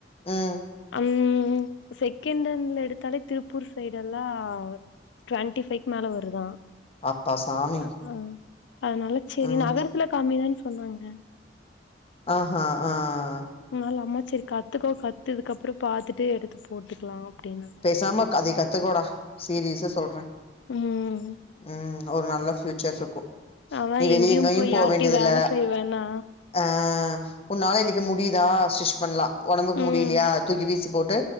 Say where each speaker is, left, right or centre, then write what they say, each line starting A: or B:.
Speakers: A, on the left; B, on the left.
A: உம்
B: உம் செகண்டுன்னு எடுத்தாலே திருப்பூர் சைடுல்லா ட்வெண்டிஃபைக்கு மேல வருதா
A: அப்பா சாமி
B: ஆஹ் அதனால செரி
A: ம்
B: நகரத்துல கம்மிதா சொன்னாங்க
A: ஆஹ்ஹா ஆஹ்
B: முன்னால அம்மா சரி கத்துகோ கத்துக்கப்புற பாத்துட்டு எடுத்து போட்டுக்கலா அப்டின்னாங்க
A: பேசாம க அதை கத்துகோடா சீரீயஸா சொல்றே
B: ம்
A: உம் ஒரு நல்ல பீல் சர்சுக்கும்
B: அதா
A: நீ வெளிய
B: எங்கேயு
A: எங்கயு
B: போய்
A: போக
B: யார்ட்டயு
A: வேண்டியதுல்ல
B: வேல செய்ய வேணா
A: அஹ் உன்னால இன்னைக்கு முடியுதா ஸ்டிச் பண்ணலா ஒடம்புக்கு
B: ம்
A: முடியலையா தூக்கி வீசு போட்டு